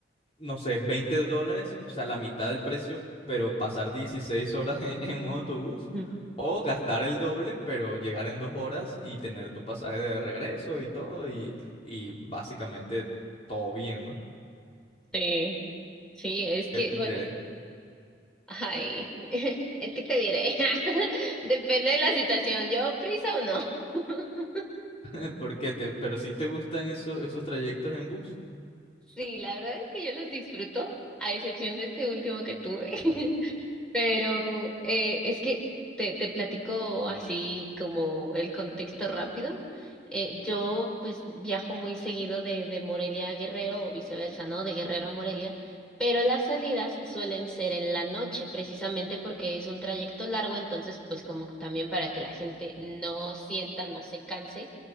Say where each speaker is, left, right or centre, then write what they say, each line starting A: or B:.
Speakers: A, on the left; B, in the centre.
A: no sé, 20 dólares, o sea, la mitad del precio, pero pasar 16 horas <laughs> en, en un autobús,
B: Mm.
A: o gastar el doble, pero llegar en dos horas y tener tu pasaje de regreso y todo, y, y básicamente todo bien, ¿no?
B: Sí, sí, es que,
A: ¿Qué prefieres?
B: bueno, ay, <laughs> es que te diré, <laughs> depende de la situación, ¿llevo prisa o no? <laughs>
A: <laughs> ¿Por qué te, pero si te gustan esos, esos trayectos en bus?
B: Sí, la verdad es que yo los disfruto, a excepción de este último que tuve. <laughs> Pero eh, es que te, te platico así como el contexto rápido. Eh, yo pues viajo muy seguido de, de Morelia a Guerrero o viceversa, ¿no? De Guerrero a Morelia, pero las salidas suelen ser en la noche, precisamente porque es un trayecto largo, entonces pues como que también para que la gente no sienta, no se canse,